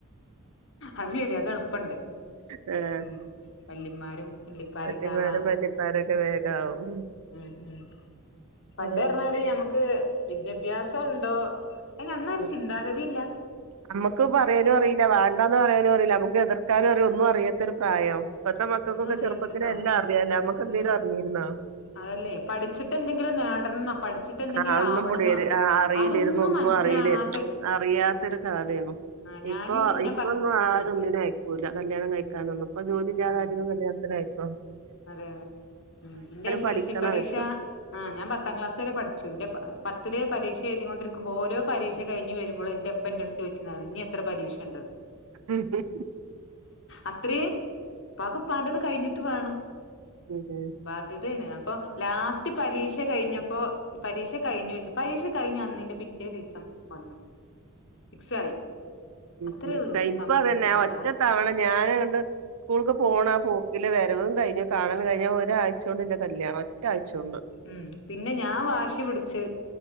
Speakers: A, on the left; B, on the right.
A: അത് ശരിയാ അത് എളുപ്പണ്ട്
B: അങ്ങനെ
A: മ്. വല്ലിമാരും വല്ലിപ്പാരൊക്കാവാ
B: വല്യമാരും വല്യപ്പാരൊക്കെ വേഗാവും
A: മ് മ്. പണ്ട്
B: ഉം
A: പർഞ്ഞാല് ഞമ്മക്ക് വിദ്യാഭ്യാസം ഉണ്ടോ അയിനന്നൊരു
B: ഉം
A: ചിന്താഗതിയില്ല.
B: നമ്മുക്ക് പറയാനും അറീല്ല വാണ്ടാന്ന് പറയാനും
A: അറി
B: അറീല്ല. നമുക്ക് എതിർക്കാനും അറീല്ല ഒന്നും അറിയാത്തൊര് പ്രായാവും. ഇപ്പത്തെ മക്കക്കൊക്കെ
A: ഒന്നും അറിയാത്തൊരു
B: ചെറുപ്പത്തിലെ
A: പ്രായം
B: എല്ലാം അറിയാലോ നമ്മക്ക് എന്തേലും
A: ഉം
B: അറിഞ്ഞീര്ന്നോ.
A: അതല്ലേ പഠിച്ചിട്ട് എന്തെങ്കിലും നേടണംന്നോ പഠിച്ചിട്ട് എന്തെങ്കിലും
B: ആഹ് ഒന്നും
A: ആവണംന്നോ
B: പിടിര് അറിയിലിരുന്നു
A: അതൊന്നും
B: ഒന്നും
A: മനസ്സിലാവാ
B: അറിയില് അറിയാത്തൊരു കാലേന്നു.
A: ആഹ് ഞാന്
B: ഇപ്പൊ
A: ഞാൻ
B: ഇപ്പൊന്നും
A: പത്ത്
B: ആരൊ
A: ആഹ്
B: ന്നിനും അയ്ക്കൂല. കല്യാണം കഴിക്കാനൊന്നും ഇപ്പോ ജോലില്ലാതെ
A: ഉം
B: ആരേലും കല്യാണത്തിനയ്ക്കോ.
A: അതെ അതെ മ്. ഇന്റെ എസ്
B: പഠിക്കണം
A: എൽ സി പരീക്ഷ
B: അവർക്ക്
A: ആഹ് ഞാൻ പത്താം ക്ലാസ് വരെ പഠിച്ചു എന്റെ പ പത്തില് പരീക്ഷ എഴുതികൊണ്ടിരിക്കുമ്പോ ഓരോ പരീക്ഷ കഴിഞ്ഞ് വരുമ്പളും ഇന്റെപ്പ ഇന്റെട്ത്ത് ചോയിച്ചീന്നാണ് ഇഞ്ഞ് എത്ര പരീക്ഷണ്ട്ന്ന്.
B: മ് മ് മ് ഹ്
A: അത്രയേ ഉപ്പാക്ക് ഉപ്പാന്റത് കഴിഞ്ഞിട്ട് വേണം.
B: അതെ.
A: ബാധ്യതേണ്. അപ്പൊ ലാസ്റ്റ് പരീക്ഷ കഴിഞ്ഞപ്പോ പരീക്ഷ കഴിഞ്ഞോ ചോയ്ച്ച്. പരീക്ഷ കഴിഞ്ഞ അന്നിന്റെ പിറ്റേ ദിവസം വന്നു. ഫിക്സായി.
B: മ്
A: അത്രേ
B: വിക്സായി.
A: ഉള്ളൂ
B: ഇൻക്കും
A: സമയം
B: അതന്നെ
A: കിട്ടിയത്
B: ആ ഒറ്റത്തവണ
A: ആഹ്
B: ഞാനങ്ങട്ട് സ്കൂൾക്ക് പോണാ പോ ക്കില് വരവും കഴിഞ്ഞു കാണലും കഴിഞ്ഞു ഒരാഴ്ചോണ്ട് ഇന്റെ കല്യാണം ഒറ്റാഴ്ച്ചോണ്ട്.
A: മ് പിന്നെ ഞാൻ വാശി പിടിച്ച്